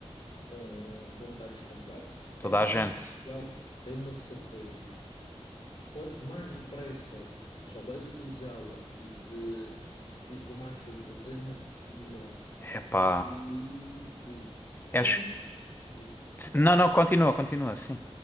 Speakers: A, on the left; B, on the left.
A: com, com touch completo.
B: toda
A: A inteligência
B: a gente.
A: artificial é uma certeza, Yuri. Quanto mais depressa souberes utilizá-la e te, e te informares sobre o tema, melhor.
B: Epá.
A: Eh, diz-me,
B: Acho...
A: tu, diz-me,
B: Não, não, continua, continua, sim.